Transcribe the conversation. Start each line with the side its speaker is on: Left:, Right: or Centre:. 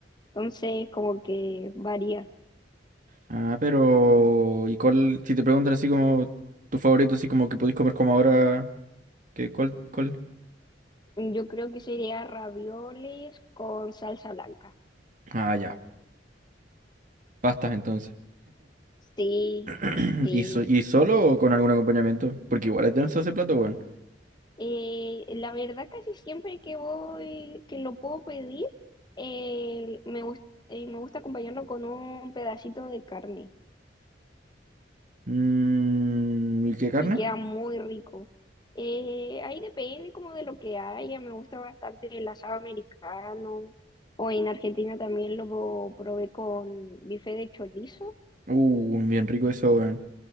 Left: entonces como que varía.
Right: Ah, pero ¿y cuál? Si te preguntan así como tu favorito, así como que podéis comer como ahora, ¿qué, cuál, cuál?
Left: Yo creo que sería ravioles con salsa blanca.
Right: Ah, ya. Pastas entonces.
Left: Sí,
Right: <laughs>
Left: sí.
Right: ¿Y, so- y solo o con algún acompañamiento? Porque igual es denso ese plato, weón.
Left: Eh, la verdad, casi siempre que voy, que lo puedo pedir, eh, me gus- eh, me gusta acompañarlo con un pedacito de carne
Right: Mm, ¿y qué carne?
Left: y queda muy rico. Eh, ahí depende como de lo que haya, me gusta bastante el asado americano o en Argentina también lo probé con bife de chorizo
Right: Uh, bien rico eso, weón.